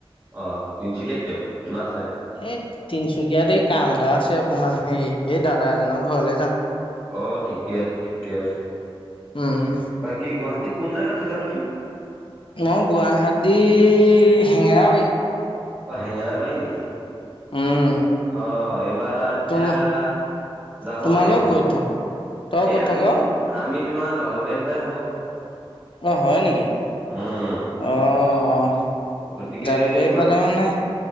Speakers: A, on the right; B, on the left.
A: অ', তিনিচুকীয়া কিয়? কিবা আছে?
B: এই তিনিচুকীয়াত এই কাম এটা আছে অকমান, হেৰি এই দাদা এজনৰ ঘৰলে যাম।
A: অ', ঠিকে আছে, ঠিকে আছে,
B: উম।
A: বাকী গুৱাহাটীত কোন জেগাত থাকা তুমি?
B: মই, গুৱাহাটীৰ হেঙেৰাবাৰীত
A: অ', হেঙেৰাবাৰী নেকি?
B: উম
A: অ' এইবাৰ তেতিয়া
B: তোম
A: যাব
B: তোমালোক
A: লাগিব,
B: ক'ত থাক তই ক'ত
A: এই
B: থাক
A: আমি তোম আমি তোমাৰ জালুকবাৰীহে ফালে থাকোঁ।
B: অ', হয় নেকি?
A: উম
B: অ', অ'।
A: গতিকে
B: জালুকাৰীফালে
A: এইবাৰ
B: মানে